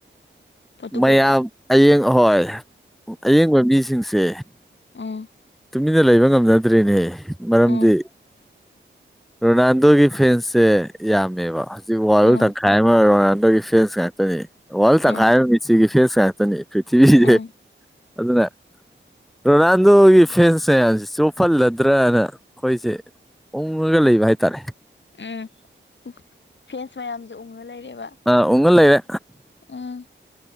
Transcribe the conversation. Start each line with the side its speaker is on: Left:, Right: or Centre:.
Left: ꯄꯣꯔꯇꯨꯒꯜꯗ
Centre: ꯃꯌꯥꯝ ꯑꯌꯦꯡ ꯑꯍꯣꯏ ꯑꯌꯦꯡꯕ ꯃꯤꯁꯤꯡꯁꯦ
Left: ꯑꯥ
Centre: ꯇꯨꯃꯤꯟꯅ ꯂꯩꯕ ꯉꯝꯅꯗ꯭ꯔꯤꯅꯦ ꯃꯔꯝꯗꯤ
Left: ꯎꯝ
Centre: ꯔꯣꯅꯥꯜꯗꯣꯒꯤ ꯐꯦꯟꯁꯦ ꯌꯥꯝꯃꯦꯕ ꯍꯧꯖꯤꯛ ꯋꯥꯌꯜ
Left: ꯎꯝ
Centre: ꯍꯥꯏꯔꯤꯕ ꯔꯣꯅꯥꯜꯗꯣꯒꯤ ꯐꯦꯟꯁ ꯉꯥꯛꯇꯅꯤ ꯋꯥꯔꯜ
Left: ꯎꯝ
Centre: ꯇꯛ ꯍꯥꯏꯔꯤꯕ ꯃꯤꯁꯤꯒꯤ ꯐꯦꯟꯁ ꯉꯥꯛꯇꯅꯤ ꯄ꯭ꯔꯤꯊꯤꯕꯤ
Left: ꯎꯝ
Centre: ꯏꯦ ꯑꯗꯨꯗꯅ ꯔꯣꯅꯥꯜꯗꯣ ꯐꯦꯟꯁ ꯃꯌꯥꯝꯁꯤꯦ ꯆꯣꯍꯜꯂꯗ꯭ꯔꯅ ꯑꯩꯈꯣꯏꯁꯦ ꯎꯡꯉꯒ ꯂꯩꯕ ꯍꯥꯏꯇꯥꯔꯦ
Left: ꯎꯝ ꯎ ꯐ꯭ꯔꯦꯟꯁ ꯃꯌꯥꯝꯁꯨ ꯎꯡꯉ ꯂꯩꯔꯦꯕ
Centre: ꯥ ꯎꯒ ꯂꯩꯔꯦ
Left: ꯎꯝ